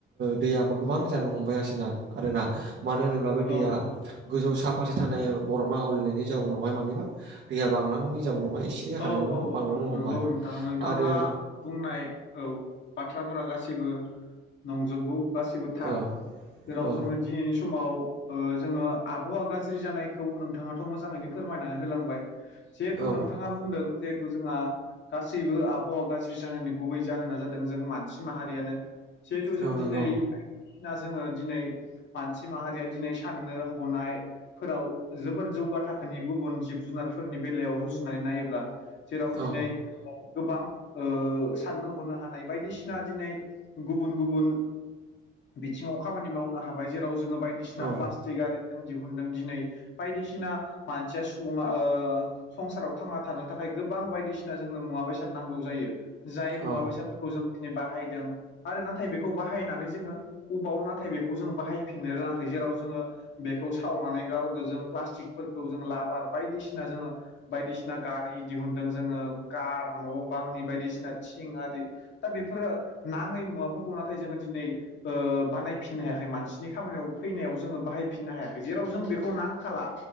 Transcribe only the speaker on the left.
औ
औ
औ
औ
औ
औ
नंगौ नोंथां नोंथाङा
बुंनाय औ बाथ्राफोरा गासैबो नंजोबगौ गासिबो थार
जेराव
जोङो दिनै सु नि समाव जोङो आबहावा गाज्रि जानायखौ नोंथाङाथ' मोजाङैनो फोरमायनानै होलांबाय। जिहेथु
नोंथाङा बुंदों जिहेथु जोंहा गासैबो आबहावा गाज्रि जानायनि गुबै जाहोना जादों जों मानसि माहारियानो जिहेथु जों
दिनै <unintelligible> दिनै मानसि माहारिया दिनै साननो हनाय फोराव जोबोर जौगा थाखोनि गुबुन जिब जुनारफोरनि बेलायाव रुजु नानै नायोब्ला जेराव दिनै
गोबां ओ साननो हनो हानाय बायदिसिना दिनै गुबुन गुबुन बिथिङाव खामानि मावनो हाबाय जेराव जोङो बायदिसिना
प्लास्ट आरि दिहुनदों दिनै बायदिसिना मानसिया सुबुङा ओ संसाराव थांना थानो थाखाय गोबां बायदिसिना जोंनो मुवा बेसाद नांगौ जायो जाय मुवा
बेसादफोरखौ जों बाहायदों आरो नाथाय बेखौ बाहायनानै जोङो अबाव नाथाय बेखौ जोंङो बाहायफिननो रोङाखै जेराव जोङो बेखौ सावनानै गारहरदो जों प्लास्टिकफोरखौ जों लाबार बायदिसिना जोङो बायदिसिना गा आरि दिहुनदों जोङो कार न' बांनि बायदिसिना थिं आरि दा बेफोरो नाङै मुवाफोरखौ नाथाय जोङो दिनै ओ बानायफिननो हायाखै मानसिनि खामानियाव फैनायाव जोङो बाहायफिननो हायाखै जेराव जों बेखौ नांखाला।